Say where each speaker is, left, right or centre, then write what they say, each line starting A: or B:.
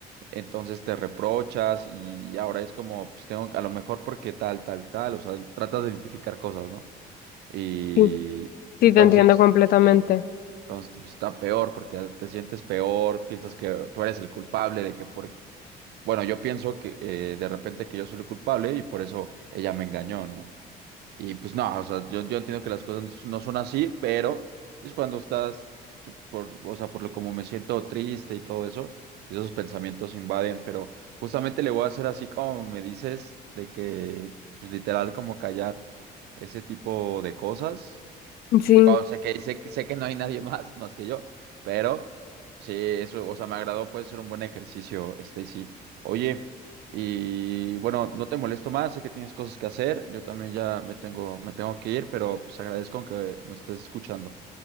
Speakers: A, on the right; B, on the left.
A: Entonces te reprochas y ahora es como, pues tengo, a lo mejor porque tal, tal, tal. O sea, tratas de identificar cosas, ¿no? Y
B: sí, sí,
A: entonces,
B: te entiendo completamente.
A: pues, sí, entonces pues, está peor porque te sientes peor, piensas que tú eres el culpable de que por... Bueno, yo pienso que eh, de repente que yo soy el culpable y por eso ella me engañó, ¿no? Y pues no, o sea, yo, yo entiendo que las cosas no son así, pero pues cuando estás, t- por, o sea, por lo como me siento triste y todo eso, pues esos pensamientos invaden, pero justamente le voy a hacer así como me dices, de que pues literal como callar ese tipo de cosas
B: Sí,
A: yo sé que, sé, que sé que no hay nadie más, más que yo, pero sí, eso, o sea, me agradó, puede ser un buen ejercicio, Stacy. Oye, y bueno, no te molesto más, sé que tienes cosas que hacer, yo también ya me tengo, me tengo que ir, pero pues agradezco que me estés escuchando.